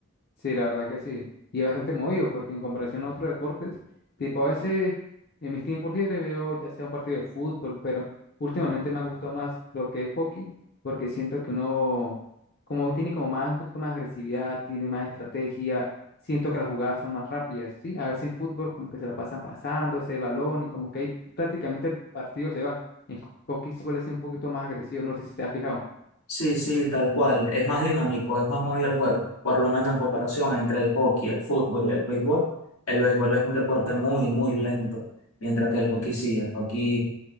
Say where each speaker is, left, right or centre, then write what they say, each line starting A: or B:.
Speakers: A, on the left; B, on the left.
A: Sí, la verdad que sí. Y es bastante movido porque en comparación a otros deportes, tipo a veces en mis tiempos libres veo ya sea un partido de fútbol, pero últimamente me ha gustado más lo que es hockey porque siento que uno como tiene como más un poquito más agresividad, tiene más estrategia, siento que las jugadas son más rápidas, ¿sí? A veces en fútbol como que se la pasan pasándose el balón y como que ahí prácticamente el partido se va. En hockey suele ser un poquito más agresivo, no sé si te has fijado.
B: Sí, sí, tal cual. Es más dinámico, es más movido el juego. Por lo menos en comparación entre el hockey, el fútbol y el béisbol. El béisbol es un deporte muy, muy lento. Mientras que el hockey sí, el hockey,